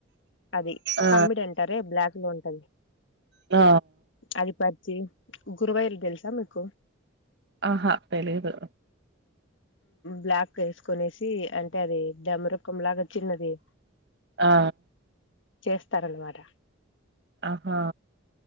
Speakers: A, on the left; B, on the right.
A: అది
B: ఆ!
A: కమ్మిడి అంటార బ్లాక్ లో ఉంటది
B: ఆ!
A: అది పరిచి గురువైలు తెలుస కు
B: ఆహా తెలియదు
A: బ్లాక్ వేసుకనేసి అంటే అది డెమ రకం లాగా వచ్చిందిది
B: ఆ
A: చేస్తారన్నమాట
B: ఆహా